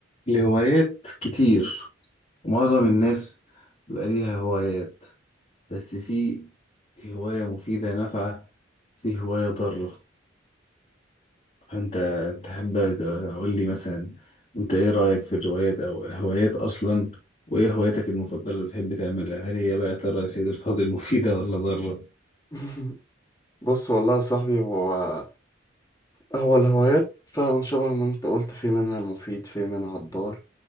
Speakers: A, on the left (about 35°); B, on the left (about 20°).
A: لهوايات كتير معظم الناس بيبقى ليها هوايات بس في هواية مفيدة نافعة في هواية ضارة فأنت تحب أقول لي مثلا أنت إيه رأيك في الروايات أو هوايات أصلا وإيه هواياتك المفضلة اللي بتحب تعملها هل هي بقى ترى يا سيد الفاضل مفيدة ولا ضارة؟
B: <laughs> بص والله يا صاحبي هو هو الهوايات فعلا شبه ما انت قلت في منها المفيد في منها الضار